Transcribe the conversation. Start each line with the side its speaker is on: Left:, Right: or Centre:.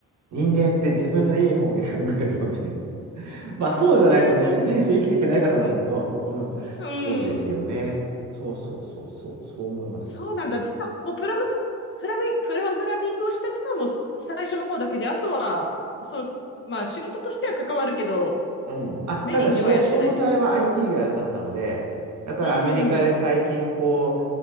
Right: 人間って自分のいい方に考えるので <laughs> まあそうじゃないとね、
Left: ほんとそう。
Right: 人生生きていけないからなんだけど、
Left: うん。
Right: うん。
Left: う
Right: そうですよね。
Left: ん。
Right: そうそうそうそう、そう思います。
Left: そうなんだ。
Right: うん
Left: じゃあ、もうプログ、プラミ、プログラミングをしてたのも最初の方だけで、あとは、そう、まあ仕事としては関わるけど、
Right: うん。あ、ただ、
Left: メインではやってないという感じ。
Right: 商、商材は IT が良かったので、だからアメリカで最近、
Left: うん。
Right: こ